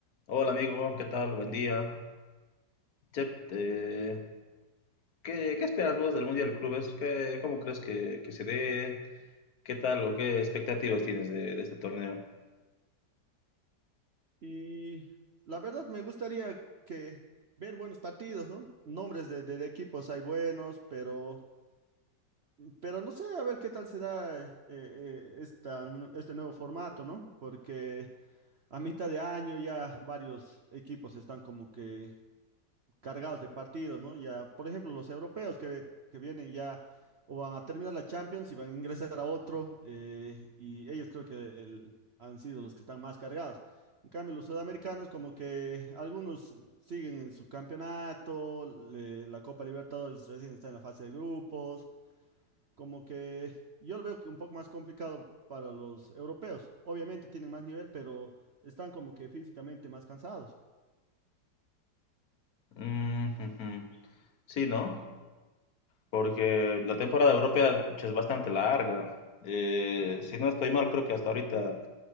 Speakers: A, on the left; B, on the right.
A: Hola amigo, ¿qué tal? Buen día. Che, eh, ¿qué, qué esperas vos del Mundial de Clubes? ¿Qué, cómo crees que, que se dé? ¿Qué tal o qué expectativas tienes de, de este torneo?
B: Y la verdad me gustaría que ver buenos partidos, ¿no? Nombres de, de- de equipos hay buenos, pero, pero no sé, a ver qué tal se da eh, eh, esta nu- este nuevo formato, ¿no? Porque a mitad de año ya varios equipos están como que cargados de partidos, ¿no? Ya, por ejemplo, los europeos que, que vienen ya o van a terminar la Champions y van a ingresar a otro, eh, y ellos creo que el- han sido los que están más cargados. En cambio, los sudamericanos como que algunos siguen en su campeonato, le- la Copa Libertadores recién está en la fase de grupos, como que yo lo veo que un poco más complicado para los europeos. Obviamente tienen más nivel, pero están como que físicamente más cansados.
A: Mm, ujú. Sí, ¿no? Porque la temporada europea che, es bastante larga. Eh, si no estoy mal, creo que hasta ahorita